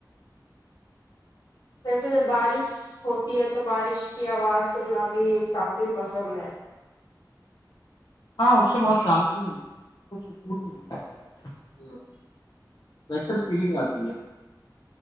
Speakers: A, on the left; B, on the left.
A: جیسے جب بارش ہوتی ہے تو بارش کی آواز سننا بھی کافی پسند ہے
B: ہاں اس سے بہت شانتی ملتی ہے بالک سکون بھی ملتا ہے بیٹر فیلنگ آتی ہے